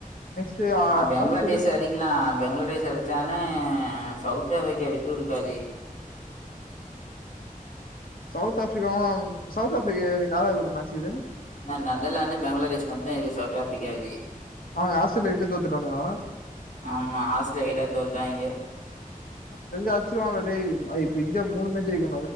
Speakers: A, on the left (about 80°); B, on the left (about 60°).
A: next
B: Bangladesh
A: Australia,
B: அடிக்கலாம் பெங்களாதேஷ் அடிச்சாலும் சவுத் ஆப்பிரிக்கா விட்டு குடுக்காது
A: சவுத் ஆப்பிரிக்காயும் சவுத் ஆப்பிரிக்கா யாராவ கூட மேட்சக்குது
B: ந நெதர்லாந்து பங்களாதேஷ் மட்டும் தா இருக்கு சவுத் ஆப்பபிரிக்கா இருக்கு
A: அவங்க ஆஸ்திரேலியா கிட்ட தோத்துட்டானுங்க
B: ஆமா ஆஸ்திரேலியா கிட்ட தோத்துட்டாய்ங்க
A: தெஞ்சா அச்சவாங்க டா டே இந்தியா மூணு மே ஜெய்க்